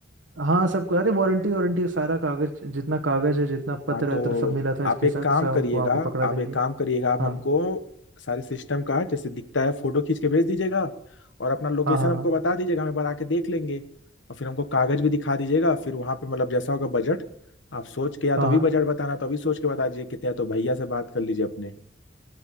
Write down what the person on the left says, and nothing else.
हाँ तो
आप एक
काम
करिएगा
आप
एक काम करिएगा आप
हमको सारे सिस्टम का जैसे दिखता है फोटो खींच के भेज दीजिएगा और अपना लोकेशन
हमको
बता दीजिएगा हम एक बार आके देख लेंगे और फिर हमको कागज भी दिखा दीजिएगा फिर वहां पे मतलब जैसा होगा बजट आप सोच के या
तो अभी
बजट बताना तो अभी सोच के बता दीजिए कितने है, तो भैया से बात कर लीजिए अपने